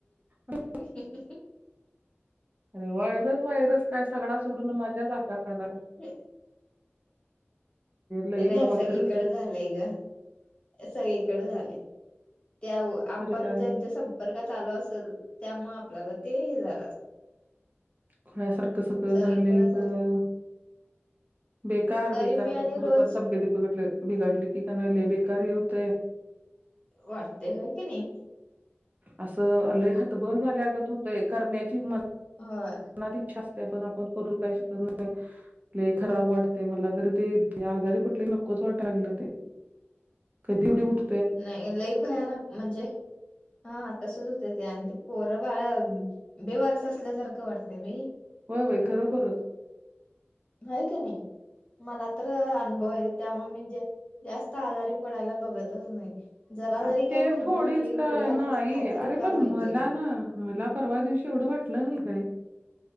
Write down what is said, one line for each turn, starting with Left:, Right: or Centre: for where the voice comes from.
Right: धु
Left: <inaudible>
Right: अरे व्हायरस व्हायरस काय, सगळा सोडून माझ्याच अंगात आला व्हय.
Left: ये
Right: लई
Left: नाही
Right: बाबा
Left: सगळीकडे
Right: खरंच
Left: झालंय गं. सगळीकडे झालंय, त्या वो आपण
Right: तरी काय
Left: ज्यांच्या संप संपर्कात आलो असलं, त्यामुळं आपल्याला ते हे झालं असलं.
Right: खुळ्या सारखं सगळं
Left: सगळीकडे
Right: झालंय
Left: झालं
Right: गं. बेकार
Left: तरी
Right: बेकार
Left: मी आणि
Right: खरोखर
Left: रोज
Right: तब्येत बिघडल, बिघाडली की लय बेकार हे होतय.
Left: वाटतंय होय कणी.
Right: असं लय हतबल झाल्यागत होतय करण्याची हिंमत
Left: होय,
Right: मनात इच्छा असते पण आपण करू काही शकत नाही लय खराब वाटतेय मला तर ते ये आजारी कुटली नकोच वाटाय लागलंय ते. कधी येवढी उठ
Left: नाही लई भयानक, म्हणजे हां तसच होतंय ते आणि ते पोरं बाळं बेवारस असल्यासारखं वाटतंय बई.
Right: होय होय खरोखरच
Left: व्हय कणी, मला तर अनुभव आलेत. त्यामुळं मी जास्त, जास्त आजारी पडायला बघतच नाही. जरा
Right: आता
Left: जरी
Right: ते
Left: काय कुणकुण
Right: थोडीच
Left: वाटली गोळी
Right: का
Left: आणायचं
Right: नाही,
Left: खायचं
Right: अरे
Left: रिकाम
Right: पण
Left: व्हायचं
Right: मला ना. मला परवा दिवशी एवढं वाटलं नाही काय.